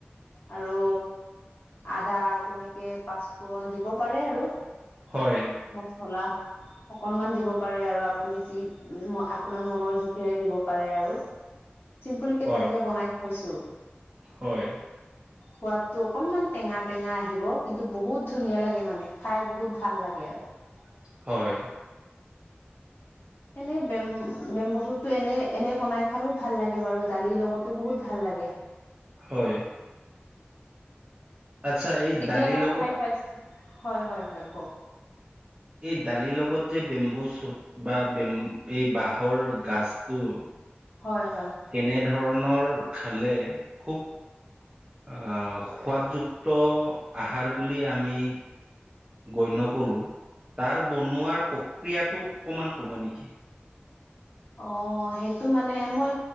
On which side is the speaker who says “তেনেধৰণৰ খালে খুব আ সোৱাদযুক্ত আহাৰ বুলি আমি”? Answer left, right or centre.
Right